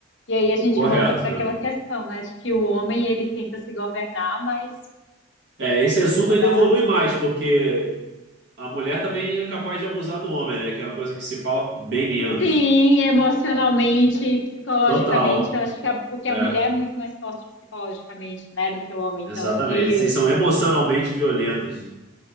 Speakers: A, on the left; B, on the right.
A: E aí a gente
B: correto.
A: volta para aquela
B: né?
A: questão, né, de que o homem ele tenta se governar, mas
B: É, esse assunto
A: só
B: ele
A: dá
B: evolui
A: ruim.
B: mais, porque a mulher também é capaz de abusar do homem, né? Que é uma coisa que se fala bem menos.
A: Sim, emocionalmente e psicologicamente,
B: Total.
A: eu acho que a, porque
B: É.
A: a mulher é muito mais forte psicologicamente, né, do que o homem. Então,
B: Exatamente.
A: se
B: Vocês são emocionalmente violentas.